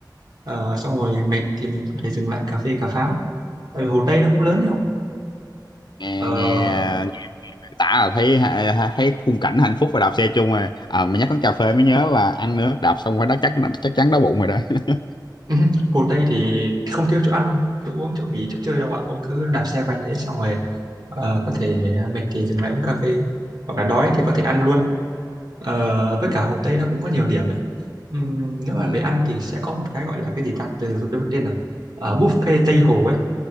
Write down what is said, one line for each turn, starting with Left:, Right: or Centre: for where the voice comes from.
Right: Ờ, xong rồi mệt thì mình có thể dừng lại cà phê cà pháo ừ, Hồ Tây nó cũng lớn đấy không
Left: Nghe
Right: Ờ,
Left: nghe tả là thấy thấy khung cảnh hạnh phúc và đạp xe chung rồi à, mà nhắc đến cà phê mới nhớ là ăn nữa đạp xong phải đó chắc chắc chắn đói bụng rồi đó <laughs>
Right: <laughs> Hồ Tây thì không thiếu chỗ ăn chỗ uống chỗ nghỉ chỗ chơi đâu ạ ông cứ đạp xe quanh đấy xong rồi ờ, có thể mệt thì dừng lại uống cà phê hoặc là đói thì có thể ăn luôn Ờ, với
Left: ừ
Right: cả Hồ Tây nó cũng có nhiều điểm ấy Ừm, nếu mà
Left: ừ
Right: về ăn thì sẽ có một cái gọi là cái gì ta từ từ tôi quên mất tên rồi Ờ, buffet Tây Hồ ấy